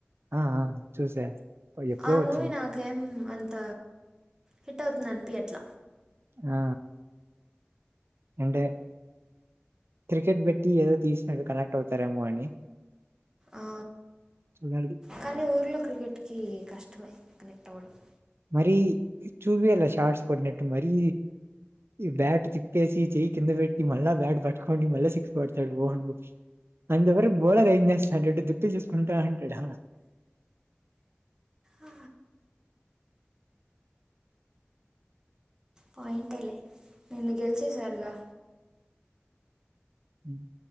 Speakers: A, on the right (about 85°); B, on the right (about 20°).
A: ఆ ఆ చూసా ఎప్పుడో
B: ఆ మూవీ
A: వచ్చింది
B: నాకేమ్ అంత హిట్ అవుతుందన్పీయట్ల
A: ఆ అంటే క్రికెట్ బట్టి ఏదో తీసినట్టు కనెక్ట్ అవుతారేమో అని
B: ఆ
A: చూడాలి
B: కనీ ఊర్లో క్రికెట్కి కష్టమే కనెక్ట్ అవ్వడం.
A: మరీ చూపియాల షార్ట్స్ కొట్టినట్టు మరీ ఈ బ్యాట్ తిప్పేసి చెయ్యి కింద పెట్టి మళ్ళా బ్యాట్ పట్టుకోండి మళ్ళా సిక్స్ కొడతాడు ఓవర్ గా అయనిది ఎవరు బోలర్ అయ్యిందని తి చేసుకుంటా ఉంటడా
B: ఆ పాయింటేలే నిన్ గెలిచేసారుగా
A: ఉమ్